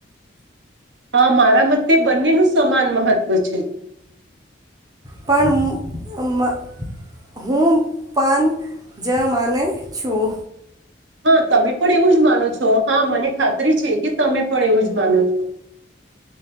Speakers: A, on the right (about 65°); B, on the right (about 20°).
A: હા, મારા મત્તે બંનેનું સમાન મહત્ત્વ છે.
B: પણ ઉમ અમ્મ હું પન જ માને છું.
A: હા, તમે પણ એવું જ માનો છો હા મને ખાતરી છે કે તમે પણ એવું જ માનો છો.